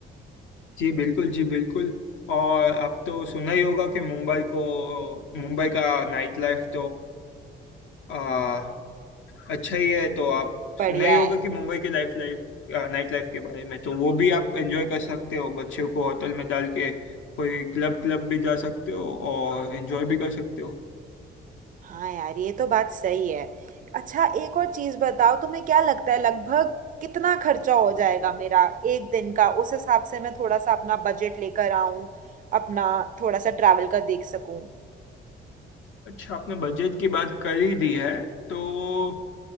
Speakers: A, on the left; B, on the right.
A: जी बिल्कुल जी बिल्कुल और आप तो सुना ही होगा कि मुंबई को मुंबई का नाइट लाइफ तो अच्छा ही है तो आप
B: बढ़िया
A: सुना ही होगा
B: है
A: कि मुंबई के लाइफ लाइफ नाइट लाइफ के बारे में तो वो भी आप एंजॉय कर सकते हो बच्चों को होटल में डाल के कोई क्लब क्लब भी जा सकते हो और एंजॉय भी कर सकते हो
B: हाँ यार ये तो बात सही है अच्छा एक और चीज बताओ तुम्हें क्या लगता है लगभग कितना खर्चा हो जाएगा मेरा एक दिन का उस हिसाब से मैं थोड़ा सा अपना बजट लेकर आऊं अपना थोड़ा सा ट्रैवल का देख सकूं
A: अच्छा आपने बजट की बात कर ही दी है तो